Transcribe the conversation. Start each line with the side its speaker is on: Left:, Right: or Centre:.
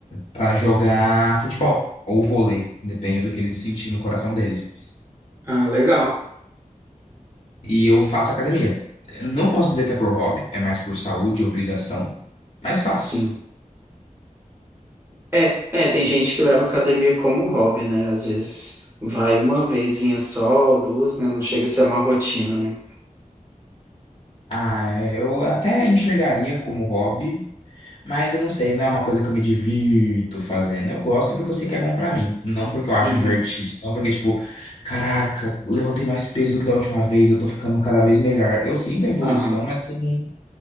Left: para jogar futebol ou vôlei, depende do que eles sentirem no coração deles.
Right: Ah, legal.
Left: E eu faço academia. Eu não posso dizer que é por hobby, é mais por saúde e obrigação, mas faço.
Right: Sim. É, é, tem gente que leva academia como hobby, né? Às vezes vai uma vezinha só, ou duas, né? Não chega a ser uma rotina, né?
Left: Ah, eu até enxergaria como hobby, mas eu não sei, não é uma coisa que eu me divirto fazendo. Eu gosto porque eu sei que é bom pra mim, não porque eu acho
Right: Uhum.
Left: divertido, não porque, tipo, caraca, levantei mais peso do que da última vez, eu tô ficando cada vez melhor. Eu sinto a evolução,
Right: Aham.
Left: mas eu não